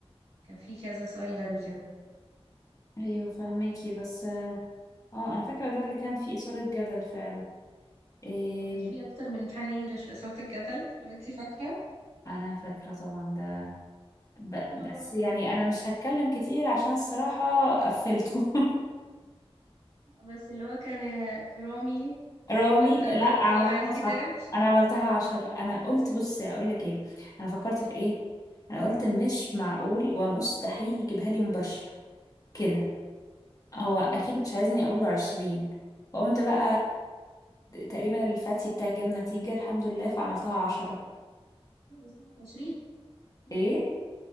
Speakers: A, on the right; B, on the left.
A: في كذا سؤال غبي كده
B: ايوه فهماكي بس اه آه، انا فاكره ده اللي كان فيه اثاره جدل فعلا إيه
A: هو كان في أكتر من امتحان إنجليش في إثارة الجدل لو أنتي فاكرة
B: انا فاكره طبعا ده ب...
A: اللي هو
B: بس يعني انا مش هتكلم كتير عشان الصراحه قفلته <laughs>
A: بس اللي هو كان رامي
B: رامي
A: في المكتبة
B: لا عملوها
A: وقع الكتاب
B: صح انا عملتها عشرة انا قلت بصي اقول لك ايه انا فكرت في ايه انا قلت مش معقول ومستحيل يجيبها لي مباشره كده هو اكيد
A: مم.
B: مش عايزني اقول له 20 فقمت بقى تقريبا الفاتي بتاعي جاب نتيجة الحمد لله فعملتها 10
A: بس كانت عشرين
B: ايه